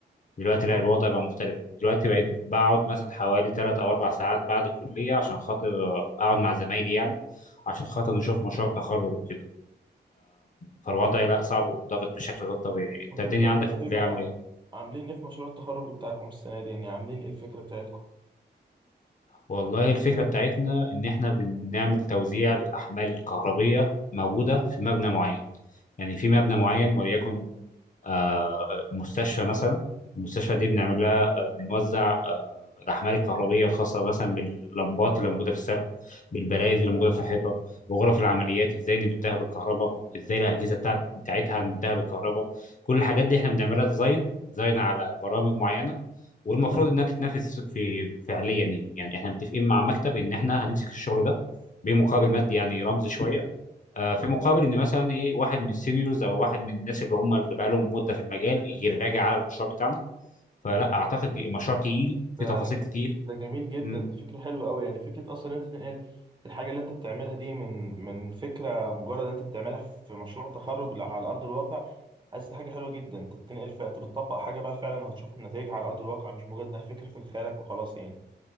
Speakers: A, on the left; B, on the right.
A: دلوقتي
B: اه
A: لا الوضع بقى مختلف دلوقتي بقيت بقعد مثلا حوالي ثلاث او اربع ساعات بعد الكليه عشان خاطر آه، اقعد مع زمايلي يعني عشان خاطر نشوف مشروع التخرج وكده فالوضع لا صعب وضاغط بشكل غير طبيعي انت
B: انتوا
A: الدنيا
B: بتعملوا
A: عندك في الكليه
B: ايه بقى؟
A: عامله ايه
B: عاملين ايه في مشروع التخرج بتاعكم السنة دي؟ يعني عاملين ايه الفكرة بتاعتكم؟
A: والله الفكره بتاعتنا ان احنا بنعمل توزيع للاحمال الكهربيه موجوده في مبنى معين يعني في مبنى معين وليكن آه، مستشفى مثلا المستشفى دي بنعمل لها آه، بنوزع آه، الأحمال الكهربية الخاصة مثلا باللمبات اللي موجودة في السقف بالبرايز اللي موجودة في الحيطة وغرف العمليات ازاي نمدها بالكهرباء ازاي الأجهزة بتاعت بتاعتها نمدها بالكهرباء كل الحاجات دي احنا بنعملها ديزاين ديزاين على برامج معينة والمفروض انها تتنافس في فعليا يعني احنا متفقين مع مكتب ان احنا هنمسك الشغل ده بمقابل مادي يعني رمزي شوية آه، في مقابل ان مثلا ايه واحد من السينيورز او واحد من الناس اللي هم اللي بقالهم مده في المجال يراجع على المشروع بتاعنا فلا اعتقد دي- مشروع تقيل
B: ده
A: في تفاصيل
B: ج-
A: كتير
B: ده جميل جدا
A: مم.
B: دي فكرة حلوة قوي يعني فكرة اصلا ان انت تنقل الحاجة اللي انت بتعملها دي من من فكرة مجرد إن انت بتعملها في مشروع تخرج لا على ارض الواقع حاسس دي حاجة حلوة جدا انت بتنقل ف... انت بتطبق حاجة بقى فعلا وهتشوف نتائجها على ارض الواقع مش مجرد انها فكرة في خيالك وخلاص يعني